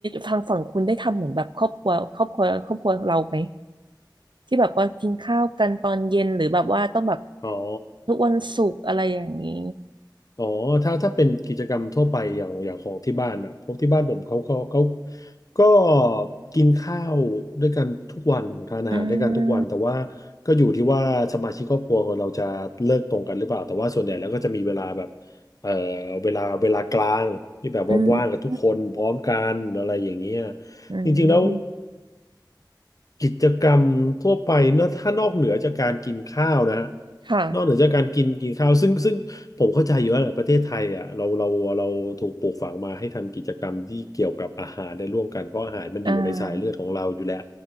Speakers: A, on the right; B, on the left.
A: ทางฝั่งคุณได้ทำเหมือนแบบครอบครัวครอบครัวครอบครัวเราไหมที่แบบว่ากินข้าวกันตอนเย็นหรือแบบว่าต้องแบบ
B: อ๋อ
A: ทุกวันศุกร์อะไรอย่างนี้
B: อ๋อถ้าถ้าเป็นกิจกรรมทั่วไปอย่างอย่างของที่บ้านอ่ะพวกที่บ้านผมเขาเขาเขาก็กินข้าวด้วยกันทุกวันทานอาหารด้วยกันทุกวันแต่ว่า
A: อืม
B: ก็อยู่ที่ว่าสมาชิกครอบครัวของเราจะเลิกตรงกันหรือเปล่าแต่ว่าส่วนใหญ่แล้วก็จะมีเวลาแบบเอ่อเวลาเวลากลางที่แบบว่าว่างกับทุกคนพร้อมกันอะไรอย่างเงี้ย
A: อืมอืม
B: จริงๆแล้ว กิจกรรมทั่วไปเนอะถ้านอกเหนือจากการกินข้าวนะฮะ
A: ค่ะ
B: นอกเหนือจากการกินกินข้าวซึ่งซึ่งผมเข้าใจอยู่ว่าแหประเทศไทยอ่ะเราเราเราถูกปลูกฝังมาให้ทำกิจกรรมที่เกี่ยวกับอาหารได้ร่วมกันเพราะอาหารมันอยู่ในสายเลือดของเราอยู่แล้ว
A: อ่า